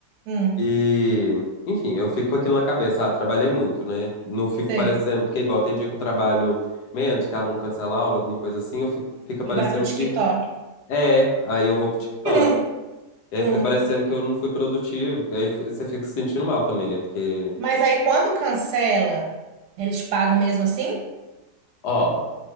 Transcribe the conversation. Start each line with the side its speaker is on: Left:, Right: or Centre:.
Right: hum,
Left: E, enfim, eu fico com aquilo na cabeça. Ah, trabalhei muito, né? Não fico
Right: sei.
Left: parecendo, porque igual tem dia que eu trabalho menos, que aluno cancela a aula, alguma coisa assim, eu fico, fica parecendo
Right: E vai pro TikTok.
Left: que é, aí eu vou pro TikTok.
Right: <laughs>
Left: E aí
Right: Hum.
Left: fica
Right: hum.
Left: parecendo que eu não fui produtivo. Aí eu- você fica se sentindo mal também, né? Porque,
Right: Mas aí quando cancela, eles pagam mesmo assim?
Left: ó,